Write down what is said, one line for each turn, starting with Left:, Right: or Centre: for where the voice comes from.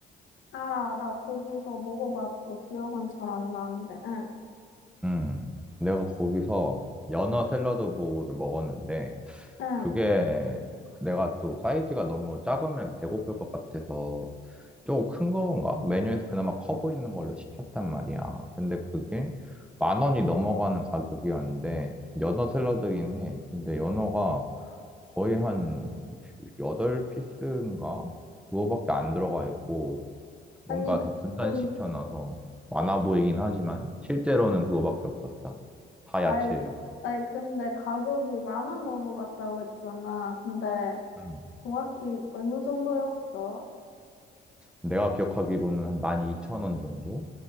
Left: 알아, 나 거기서 먹어봤어. 기억은 잘 안 나는데. 응,
Centre: 음. 내가 거기서 연어 샐러드 보우를 먹었는데
Left: 응.
Centre: 그게 내가 또 사이즈가 너무 작으면 배고플 것 같아서 조금 큰 건가? 메뉴에서 그나마 커 보이는 걸로 시켰단 말이야. 근데 그게 만 원이 넘어가는 가격이었는데 연어 샐러드긴 해. 근데 연어가 거의 한 여덟 피스인가 그거밖에 안 들어가 있고 뭔가
Left: 아니,
Centre: 다 분산시켜놔서
Left: 그- 응.
Centre: 많아 보이긴 하지만 실제로는 그거밖에 없었다. 다
Left: 아이,
Centre: 야채예요.
Left: 아이, 근데 가격이 만 원 넘어갔다고 했잖아. 근데
Centre: 음.
Left: 정확히 어느 정도였어?
Centre: 내가 기억하기로는 한 12,000원 정도?